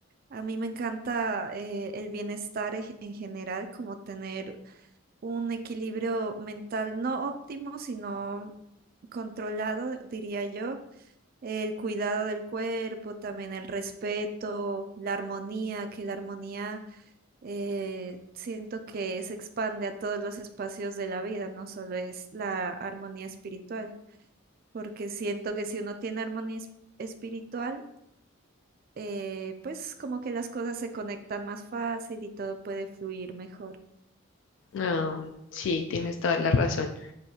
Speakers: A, on the right; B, on the left.
A: A mí me encanta eh, el bienestar en en general, como tener un equilibrio mental no óptimo, sino controlado, diría yo el cuidado del cuerpo, también el respeto, la armonía, que la armonía eh, siento que se expande a todos los espacios de la vida, no solo es la armonía espiritual, porque siento que si uno tiene armonía es- espiritual, eh, pues como que las cosas se conectan más fácil y todo puede fluir mejor.
B: Ah, sí, tienes toda la razón.